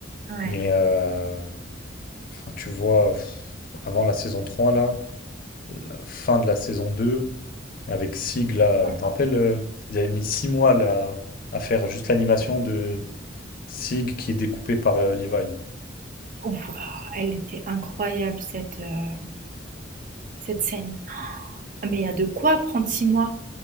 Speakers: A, on the right (about 40°); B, on the left (about 45°).
A: ouais,
B: Mais, euh, enfin, tu vois, pff, avant la saison 3 là, la fin de la saison 2 avec Sig, là,
A: ouais.
B: tu te rappelles, euh, ils avaient mis 6 mois, là, à faire juste l'animation de Sig qui est découpé par euh, Levi.
A: Wouah! Elle était incroyable cette, heu, cette scène. Ah mais il y a de quoi prendre 6 mois.